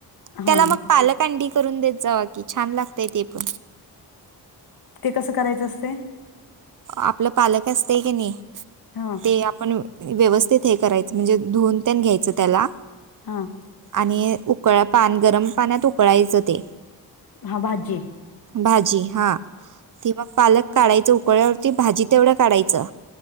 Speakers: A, on the left; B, on the right.
A: हा
B: त्याला मग पालक कांडी करून देत जावा की छान लागतय ते पण
A: ते कसं करायचं असते
B: आपलं पालक असत की नाही
A: हा
B: ते आपण व्यवस्थित हे करायचं म्हणजे धुवन त्यान घ्यायचं त्याला
A: हां
B: आणि उकळ पान गरम पाण्यात उकळायचं ते
A: हा भाजी
B: भाजी हा ते मग पालक काढायच पकळ्यावरती भाजी तेवढं काढायचं